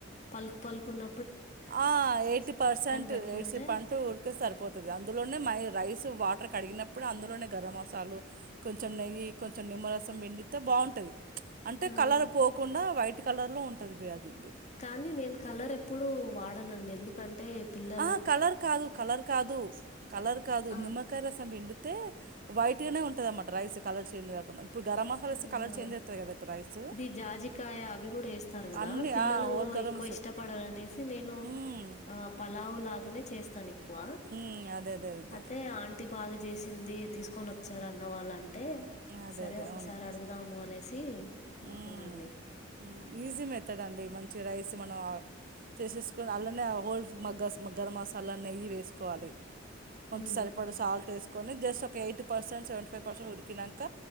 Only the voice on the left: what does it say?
పలుకు పలుకున్న
పెట్టుకుంటే
ఆ!
కానీ నేను కలర్ ఎప్పుడుూ వాడనండి ఎందుకంటే పిల్ల
ఆ!
ఆహా
ఇది జాజికాయ అవి కూడా వేస్తారు కదా
పిల్లలు
ఎక్కువ
ఇష్టపడాలనేసి నేను
ఆ ప అ లావులగానే చేస్తాను ఎక్కువ
ఐతే ఆంటీ బాగా చేసింది తీసుకొని వచ్చారు అన్న వాళ్ళ అంటే
సరే
ఓ ఒకసారి
అడుగుదాము అనేసి అనుకున్న
అండి
ఉమ్